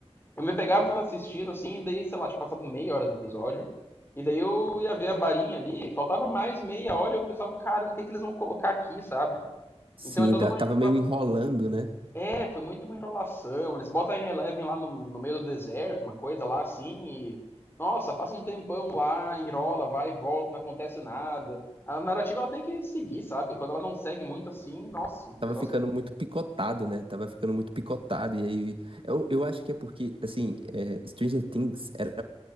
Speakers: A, on the left; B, on the right.
A: Eu me pegava assistindo assim, e daí, sei lá, tinha passado meia hora do episódio. E daí eu ia ver a barinha ali, faltava mais meia hora e eu pensava, caramba, o que que eles vão colocar aqui, sabe?
B: Sim,
A: Então é toda
B: tá-
A: uma
B: tava
A: enrola-
B: meio enrolando, né?
A: É, foi muito uma enrolação. Eles botam a Eleven lá no, no meio do deserto, uma coisa lá assim, e. Nossa, passa um tempão lá, enrola, vai e volta, não acontece nada. A narrativa ela tem que seguir, sabe? Quando ela não segue muito assim, nossa, o negócio
B: Tava ficando muito picotado, né? Tava ficando muito picotado. E aí, eu, eu acho que é porque, assim, é, Stranger Things era,